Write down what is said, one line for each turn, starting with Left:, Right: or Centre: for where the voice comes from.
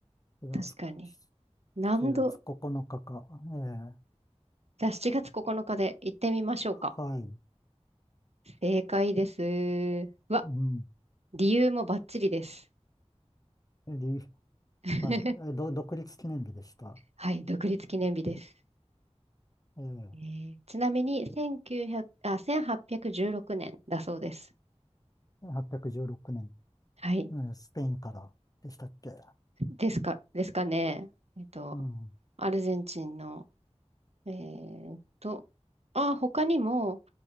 Left: 4月、
Right: 確かに。
Left: 7月9日かか。
Right: 何度
Left: ええ
Right: じゃあ7月9日で行ってみましょうか。
Left: はい。
Right: 正解です。うわ、
Left: うん。
Right: 理由もバッチリです。
Left: り、
Right: <laughs>
Left: はい。え、ど、独立記念日でした。
Right: はい、独立記念日です。
Left: ええ
Right: えーちなみに1900、あ、1816年だそうです。
Left: 816年、
Right: はい。
Left: うんスペインからでしたっけ。
Right: ですか、ですかね。えっと、
Left: うん。
Right: アルゼンチンの、えーっと、あ、他にも、